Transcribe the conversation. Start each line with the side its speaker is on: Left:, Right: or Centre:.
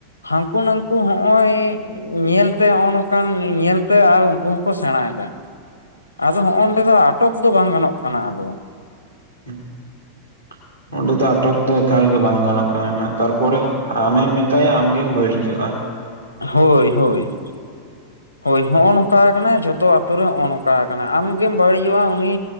Left: ᱦᱟᱹᱱᱠᱩ ᱱᱟᱝᱠᱩ ᱦᱚᱸᱜᱼᱚᱭ ᱧᱮᱞᱛᱮ ᱱᱚᱜ ᱱᱚᱝᱠᱟᱱ ᱧᱮᱞᱛᱮ ᱟᱨ ᱩᱱᱠᱩ ᱦᱚᱸᱠᱚ ᱥᱮᱬᱟᱭᱮᱫᱟ ᱾ ᱟᱫᱚ ᱦᱚᱸᱜ-ᱚᱱᱰᱮ ᱫᱚ ᱟᱴᱚᱠ ᱫᱚ ᱵᱟᱝ ᱜᱟᱱᱚᱜ ᱠᱟᱱᱟ ᱟᱫᱚ,
Right: <unintelligible> ᱚᱸᱰᱮ ᱫᱚ ᱟᱴᱚᱠ ᱫᱚ ᱮᱠᱟᱞ ᱜᱮ ᱵᱟᱝ ᱜᱟᱱᱚᱜ ᱠᱟᱱᱟ ᱱᱟᱦᱟᱜ, ᱛᱟᱨᱯᱚᱨᱮ ᱟᱢᱮᱢ ᱢᱮᱛᱟᱭᱟ ᱟᱢ ᱜᱮᱢ ᱵᱟᱹᱲᱤᱡᱚᱜ-ᱟ᱾
Left: ᱦᱳᱭ ᱦᱳᱭ᱾ ᱦᱳᱭ ᱦᱚᱸᱜ-ᱚ ᱱᱚᱝᱠᱟ ᱟᱟᱱᱟ ᱡᱷᱚᱛᱚ ᱟᱛᱩ ᱨᱮ ᱱᱚᱜ-ᱚ ᱱᱚᱝᱠᱟ ᱠᱟᱱᱟ ᱟᱢ ᱜᱮᱢ ᱵᱟᱹᱲᱤᱡᱚᱜ-ᱟ ᱩᱱᱤ